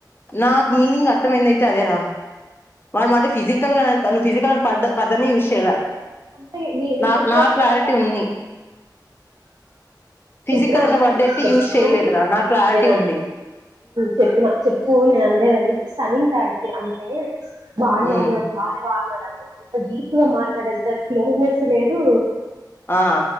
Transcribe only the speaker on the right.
అంతే నేను
ఎందుకు
మాట్లాడ
చెప్పినా
చెప్పా
నే
చెప్పినా చె పూ నే అందేదనిస్తా నింతా యితే అంతే బాళనాడ
అ బానే వాళనా అంత జీప్ గా మాట్లాడ స స్లోనెస్ లేదు